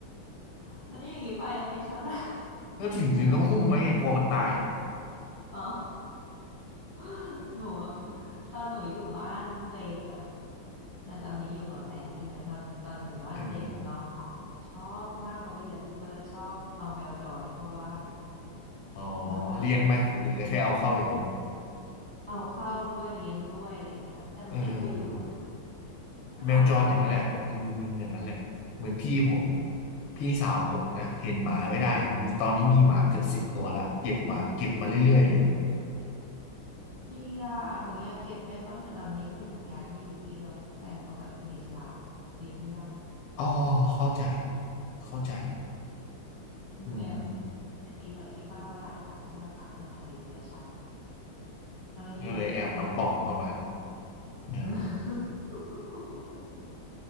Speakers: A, on the left; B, on the left.
A: แล้วอย่างนี้ไปมันไม่ช็อต <laughs> ละ
B: ก็ถึงถึงต้องหุ้มไว้ไงกลัวมันตายเนี่ย
A: อ๋อ <gasps> หนูอะตอนหนูอยู่บ้านตัวเองอะอ่ะตอนนี้อยู่กับแฟนใช่ไหมตอนตอนอยู่บ้านตัวเองอะน้องสาวเขาชอบมากเขาเป็นอะไรไม่รู้ก็จะชอบเอาแมวจรเข้าบ้าน
B: เอออ๋อ
A: น้องแมวจร
B: เลี้ยงไหมหรือแค่เอาเข้าอย่างเดียว
A: เอาเข้าด้วยเลี้ยงด้วยอะไรอย่างเงี้ยแต่มันไม่ค่อยอยู่บ้าน
B: เออ
A: มันออกตลอดเลย
B: แมวจรอย่างนั้นแหละมันมันอย่างนั้นแหละเหมือนพี่ผมพี่สาวผมนะเห็นหมาไม่ได้มีตอนนี้มีหมาเกือบสิบตัวละเก็บมาเก็บมาเรื่อยๆเลย
A: ดีอะหนูอยากเก็บได้บ้างแต่ตอนนี้คือหนูย้ายมาอยู่นี่แล้วแฟนเขาแบบเป็นอิสลามเลยเลี้ยงไม่ได้
B: อ๋อเข้าใจเข้าใจ
A: หนูแอบ
B: อืม
A: จะดีหน่อยที่บ้านเขาหลายชั้นใช่ไหมต่างคนต่างอยู่คนละชั้นตอนนี้มันไม่ค่อยมี
B: ก็เลยแอบน้องปอมเข้ามาเออ
A: <laughs>